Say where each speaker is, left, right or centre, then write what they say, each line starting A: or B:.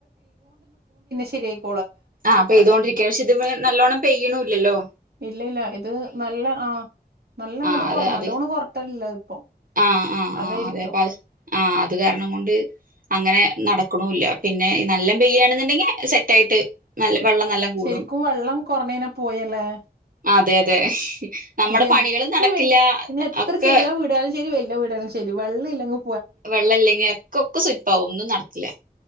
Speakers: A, on the right; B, on the right.
A: ശരി
B: ആ പെയ്തോണ്ടിരി ത്യാവിശ്യം ഇത് മ്മെ നല്ലോണം പെയ്യ്ണൂല്ലല്ലോ
A: ഇല്ല ഇല്ല ഇത് നല്ല ആ നല്ല അങ്ങട്ട്
B: ആ അത്
A: കൊറ നല്ലോണം
B: അത്
A: കൊറട്ടില്ല ഇപ്പൊ
B: ആ ആ
A: അതായിരിക്കും.
B: ആ അതെ അപ്പ അത് ആ അത് കാരണം കൊണ്ട് അങ്ങനെ നടക്ക്ണൂല്ല പിന്നെ നല്ലം പെയ്യാണുന്നുണ്ടെങ്കിൽ സെറ്റ് ആയിട്ട് നല്ല വെള്ളം നല്ല കൂടും
A: ശരിക്കും വെള്ളം കൊറഞ്ഞയ്ഞ്ഞാ പോയല്ലേ
B: അതെ അതെ നമ്മുടെ
A: ശരി എത്ര
B: പണികൾ നടക്കില്ല
A: വല് പിന്നെ എത്ര
B: ഒക്കെ
A: ചെറിയ വീടാലും ശരി വല് വീടായാലും ശരി വെള്ളം ഇല്ലെങ്കി
B: വെള്ളം ഇല്ലെങ്കി ഒക്കെ ഒക്കെ സുയ്പ്പാവും ഒന്നും നടക്കില്ല